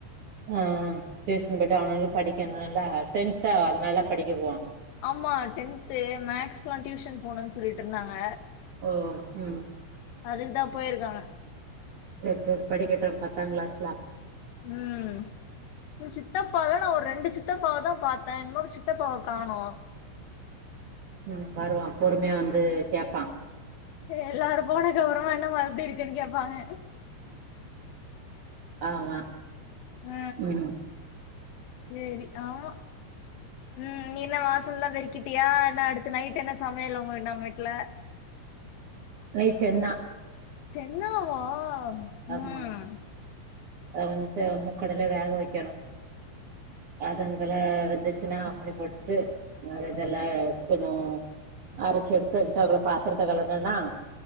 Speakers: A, on the right; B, on the left.
A: ஆ டியூசன் போயிட்டு அவனால படிக்குனுல டென்த் ஆ அதனால படிக்க போணு
B: ஆமா டென்த்து மேக்ஸ்குல்லா டியூஷன் போணுனு சொல்லிட்டு இருந்தாங்க
A: ஓ ம்
B: அதுக்கு தா போயிருக்காங்க
A: சேர் சேர் படிக்கட்டு பத்தா கிளாஸ்ல
B: ம் உ சித்தப்பாவுல நா ஒரு ரெண்டு சித்தப்பாவ தா பாத்த இன்னொரு சித்தப்பாவ காணு
A: ம் வருவா பொறுமையா வந்து கேட்பா
B: எல்லாரு போன அப்றோ என்னமா எப்டி இருக்குன்னு கேப்பாங்க
A: ஆமா
B: ஆ
A: ம்
B: சேரி ஆமா ம் நீ என்ன வாசலெல்லா பெருக்கிட்டியா என்னா அடுத்து நைட் என்ன சமையல் உங்க நம்ப வீட்ல <inaudible>
A: நைட் சென்னா
B: சென்னாவா
A: ஆமா
B: ம்
A: அத கொஞ்சச முக்கடல வேக வைக்குணு அதுங்கல வெந்துச்சுன்னா அப்டி போட்டுட்டு வேற இதெல்லா எடுத்துக்கு அரிச்சு எடுத்து வச்சுட்டோ அப்றோ பாத்திரத்தா கழுவுனனா